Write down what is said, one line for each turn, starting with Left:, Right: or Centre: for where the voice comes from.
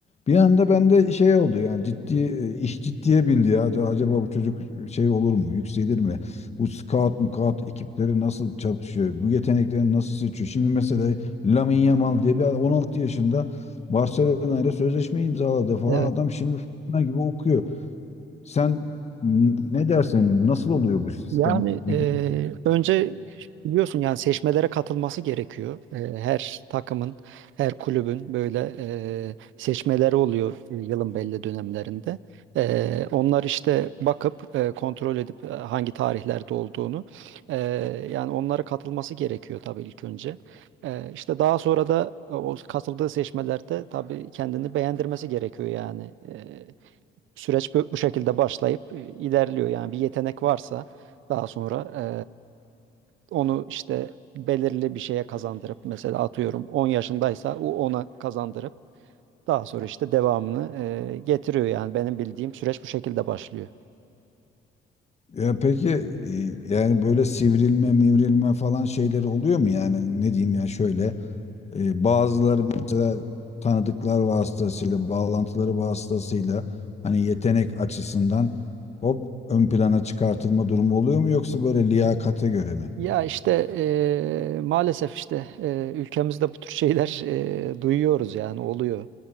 Left: Bir anda bende şey oldu yani ciddi e, iş ciddiye bindi ya. Ac- Acaba bu çocuk şey olur mu? Yükselir mi? Bu scout mukat ekipleri nasıl çalışıyor? Bu yetenekleri nasıl seçiyor? Şimdi mesela Lamine Yamal diye bir adam 16 yaşında Barcelona ile sözleşme imzaladı falan.
Right: Evet.
Left: Adam şimdi fırtına gibi okuyor. Sen n- ne dersin? Nasıl oluyor bu sistem?
Right: Yani
Left: Bil-
Right: e, önce biliyorsun yani seçmelere katılması gerekiyor. E, her takımın, her kulübün böyle e, seçmeleri oluyor e, yılın belli dönemlerinde. E, onlar işte bakıp e, kontrol edip e, hangi tarihlerde olduğunu e, yani onlara katılması gerekiyor tabii ilk önce. E, işte daha sonra da e, o katıldığı seçmelerde tabii kendini beğendirmesi gerekiyor yani. E, Süreç bu, bu şekilde başlayıp e, ilerliyor. Yani bir yetenek varsa daha sonra e, onu işte belirli bir şeye kazandırıp mesela atıyorum 10 yaşındaysa o ona kazandırıp daha sonra işte devamını e, getiriyor. Yani benim bildiğim süreç bu şekilde başlıyor.
Left: Ya peki e, yani böyle sivrilme, mivrilme falan şeyleri oluyor mu yani ne diyeyim ya şöyle E, bazıları mesela tanıdıklar vasıtasıyla, bağlantıları vasıtasıyla hani yetenek açısından hop ön plana çıkartılma durumu oluyor mu yoksa böyle liyakate göre mi?
Right: Ya işte eee, maalesef işte eee, ülkemizde bu tür şeyler eee, duyuyoruz yani oluyor.